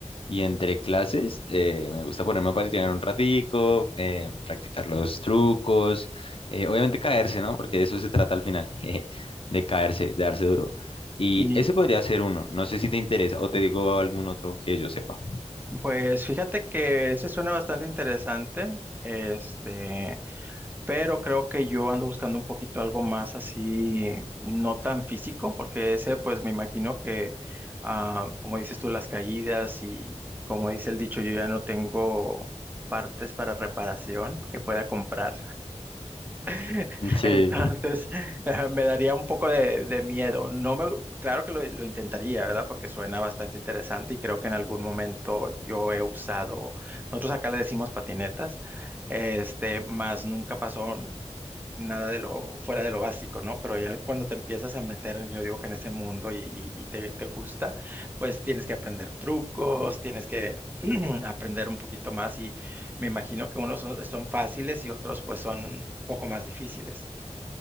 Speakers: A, on the left (about 50°); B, on the right (about 15°).
A: y entre clases eh, me gusta ponerme a patinar un ratico, eh, practicar los trucos, eh, obviamente caerse, ¿no? Porque de eso se trata al final, <laughs> jeje, de caerse, de darse duro. Y
B: Y
A: ese podría ser uno. No sé si te interesa o te digo algún otro que yo sepa.
B: pues fíjate que ese suena bastante interesante. Este, pero creo que yo ando buscando un poquito algo más así, no tan físico, porque ese, pues me imagino que, ah, como dices tú, las caídas y como dice el dicho, yo ya no tengo partes para reparación que pueda comprar. <laughs>
A: Sí.
B: Entonces, <laughs> me daría un poco de, de miedo. No me, claro que lo, lo intentaría, ¿verdad? Porque suena bastante interesante y creo que en algún momento yo he usado, nosotros acá le decimos patinetas, este, más nunca pasó, nada de lo fuera de lo básico, ¿no? Pero ya cuando te empiezas a meter, en- yo digo que en ese mundo y, y- y te, te gusta, pues tienes que aprender trucos, tienes que <clears throat> aprender un poquito más y me imagino que unos son son fáciles y otros pues son un poco más difíciles.